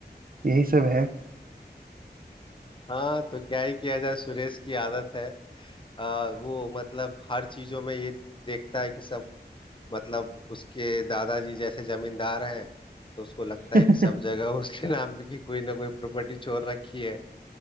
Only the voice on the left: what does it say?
हाँ तो क्या ही किया जाए सुरेश की आदत है आ, वो मतलब हर चीजों में ये देखता है कि सब मतलब उसके दादाजी जैसे जमींदार हैं तो उसको लगता
है
कि सब जगह <laughs> उसके नाम पे की कोई ना कोई प्रॉपर्टी छोड़ रखी है